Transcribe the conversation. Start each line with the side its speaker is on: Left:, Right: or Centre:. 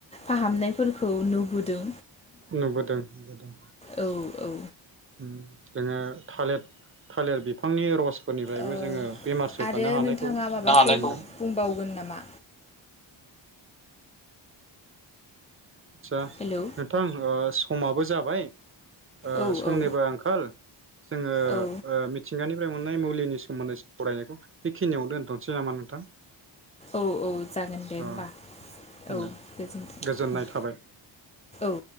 Left: फाहामनायफोरखौ नुबोदो।
Right: नुबोदों नुबोदों।
Left: औ औ
Right: उम जोङो थालेर थालेर बिफांनि रस फोरनिफ्रायबो
Left: औ
Right: जोङो बेमार सोखानो
Left: आरो
Right: हानायखौ
Left: नोंथाङा माबाफोर
Right: जोङो मोनदों।
Left: बुंबावगोन नामा?
Right: आदसा
Left: हेलौ
Right: नोंथां ओ स समाबो जाबाय। ओ
Left: औ
Right: समनिबो
Left: औ
Right: आंखाल जोङो
Left: औ
Right: ओ मिथिंगानि फ्राय मोननाय मुलिनि सोमोन्दै सरायनायखौ बेखिनियाव दोनथ'नोसै नामा नोंथां।
Left: औ औ जागोन दे
Right: औ
Left: होमबा औ
Right: दे
Left: गोजोनथों
Right: गोजोननाय
Left: औ
Right: थाबाय
Left: औ